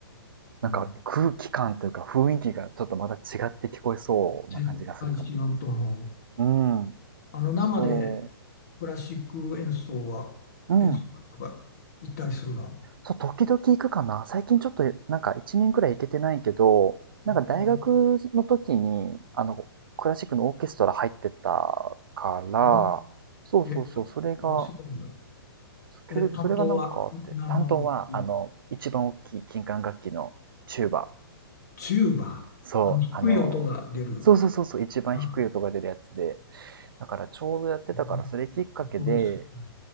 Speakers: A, on the right; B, on the left.
A: なんか空気感というか雰囲気がちょっとまた違って聞こえそうな感じがするかも。
B: うん、絶対違うと思う。
A: うん。
B: あの、生で
A: そ
B: クラシック演奏は、
A: う。うん。
B: 演奏会とか行ったりするの。
A: そう、時々行くかな。最近ちょっと、なんか1年くらい行けてないけど、なんか大学の時に、
B: ああ
A: あの、クラシックのオーケストラ入ってたから、
B: ま
A: そうそうそう、
B: あ、え、
A: それが、
B: あ、そうなんだ。え、
A: それそれがなんかあって、
B: 担当は何の楽器
A: 担当は、あの、一番大きい金管楽器のチューバ。
B: チューバー。
A: そう、
B: あの、低い音が出る。
A: あの、そうそうそうそう、一番低い音が出るやつで。
B: あ、
A: だからちょうどやってたから、
B: うん
A: それきっかけで、
B: すごい、すごい。